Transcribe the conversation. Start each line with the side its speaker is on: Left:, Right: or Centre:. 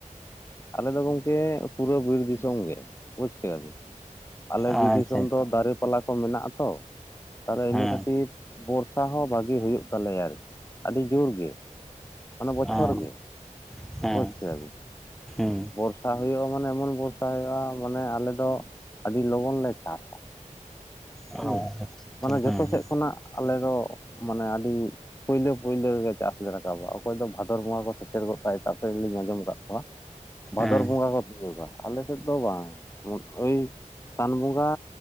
Left: ᱟᱞᱮ ᱫᱚ ᱜᱚᱝᱠᱮ ᱯᱩᱨᱟᱹ ᱵᱤᱨ ᱫᱤᱥᱚᱢ ᱜᱮ᱾ ᱵᱩᱡᱽ ᱠᱮᱫᱟᱵᱤᱱ᱾ <unintelligible> ᱟᱞᱮ ᱵᱤᱨ
Centre: ᱟᱪᱪᱷᱟ
Left: ᱫᱤᱥᱚᱢ ᱫᱚ ᱫᱟᱨᱮ ᱯᱟᱞᱟ ᱠᱚ ᱢᱮᱱᱟᱜ ᱟᱛᱚ ᱛᱟᱦᱟᱞᱮ
Centre: ᱦᱮᱸ
Left: ᱤᱱᱟᱹ ᱠᱷᱟᱹᱛᱤᱨ ᱵᱚᱨᱥᱟ ᱦᱚᱸ ᱵᱷᱟᱜᱤ ᱦᱩᱭᱩᱜ ᱛᱟᱞᱮᱭᱟ ᱟᱨᱠᱤ ᱟᱹᱰᱤ ᱡᱩᱨ ᱜᱮ᱾ ᱚᱱᱟ ᱵᱚᱪᱷᱚᱨ
Centre: ᱦᱮᱸ
Left: ᱜᱮ᱾
Centre: ᱦᱮᱸ
Left: ᱵᱩᱡᱽ ᱠᱮᱫᱟ ᱵᱤᱱ
Centre: <unintelligible> ᱦᱩᱸ᱾
Left: ᱵᱚᱨᱥᱟ ᱦᱩᱭᱩᱜ-ᱟ ᱢᱟᱱᱮ ᱮᱢᱚᱱ ᱵᱚᱨᱥᱟ ᱦᱩᱭᱩᱜ-ᱟ ᱢᱟᱱᱮ ᱟᱞᱮ ᱫᱚ ᱟᱰᱤ ᱞᱚᱜᱚᱱ ᱞᱮ ᱪᱟᱥᱟ᱾
Centre: ᱦᱚᱭ᱾
Left: ᱦᱩᱸ ᱢᱟᱱᱮ
Centre: <unintelligible>
Left: ᱡᱚᱛᱚ
Centre: ᱦᱮᱸ᱾
Left: ᱥᱮᱫ ᱠᱷᱚᱱᱟᱜ ᱟᱞᱮ ᱫᱚ ᱢᱟᱱᱮ ᱟᱰᱤᱼᱼ ᱯᱩᱭᱞᱟᱹ ᱯᱩᱭᱞᱟᱹ ᱨᱮᱜᱮ ᱪᱟᱥ ᱞᱮ ᱨᱟᱠᱟᱵᱟ ᱚᱠᱚᱭ ᱫᱚ ᱵᱷᱟᱫᱚᱨ ᱵᱚᱸᱜᱟ ᱠᱚ ᱥᱮᱴᱮᱨ ᱜᱚᱫ ᱠᱟᱜ-ᱟ ᱮᱴᱟᱜ ᱥᱮᱫ ᱨᱮ ᱞᱤᱧ ᱟᱸᱡᱚᱢ ᱟᱠᱟᱫ ᱠᱚᱣᱟ᱾ ᱵᱷᱟᱫᱚᱨ
Centre: ᱦᱮᱸ
Left: ᱵᱚᱸᱜᱟ ᱠᱚ ᱛᱤᱭᱩᱜᱟ᱾ ᱟᱞᱮ ᱥᱮᱫ ᱫᱚ ᱵᱟᱝ <unintelligible> ᱳᱭ ᱥᱟᱱ ᱵᱚᱸᱜᱟ